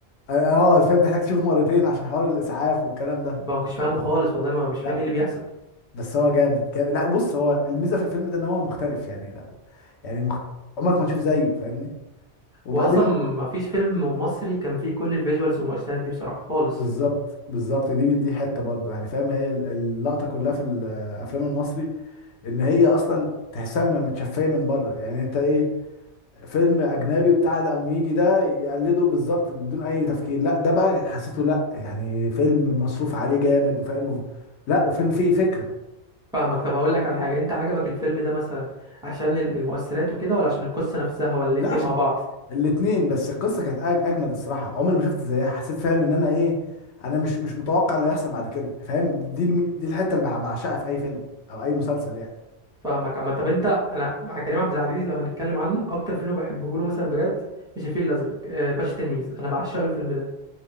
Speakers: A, on the left; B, in the centre.
A: اه فاهم تحتاج تشوفه مرتين عشان حوار الاسعاف والكلام ده
B: ما كنتش فاهمه خالص والله ما مش
A: لا
B: فاهم ايه اللي بيحصل
A: بس هو جامد جامد لا بص هو الميزه في الفيلم ده ان هو مختلف يعني لا هو- يعني مخ... عمرك ما تشوف زيه فاهمني وبعدين
B: هو اصلا ما فيش فيلم مصري كان فيه كل الفيجوالز والمؤثرات دي بصراحه خالص
A: بالظبط بالظبط دي دي حته برضه يعني فاهم هي ال- اللقطه كلها في الافلام المصري ان هي اصلا تحسها م- متشفيه من بره يعني انت ايه فيلم اجنبي بتاع ده قام يجي ده يقلده بالظبط بدون اي تفكير لا ده بقى حسيته لا يعني فيلم مصروف عليه جامد وفاهم لا وفيلم فيه فكره
B: فاهمك طب هقول لك على حاجه انت عجبك الفيلم ده مثلا عشان ال- المؤثرات وكده ولا عشان القصه نفسها ولا الاتنين
A: لا عشان
B: مع بعض
A: الاتنين بس القصه كانت أج- اجمد الصراحه عمري ما شفت زيها حسيت فاهم ان انا ايه انا مش مش متوقع اللي هيحصل بعد كده فاهم دي الم- دي الحته اللي بع- بعشقها في اي فيلم او اي مسلسل يعني
B: فاهمك عم طب انت انا كريم عبد العزيز لو هنتكلم عنه اكتر فيلم بحبه له مثلا بجد مش الفيل الازرق آه، باشا تلميذ انا بعشقه الفيلم ده